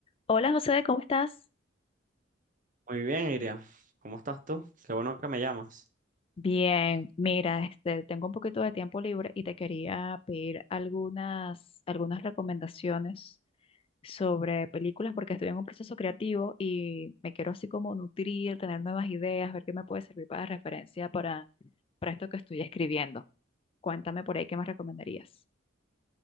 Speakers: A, on the left; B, on the right.
A: Hola José, ¿cómo estás?
B: Muy bien, Iria. ¿Cómo estás tú? Qué bueno que me llamas.
A: Bien, mira, este, tengo un poquito de tiempo libre y te quería pedir algunas, algunas recomendaciones sobre películas porque estoy en un proceso creativo y me quiero así como nutrir, tener nuevas ideas, ver qué me puede servir para referencia para, para esto que estoy escribiendo. Cuéntame por ahí qué más recomendarías.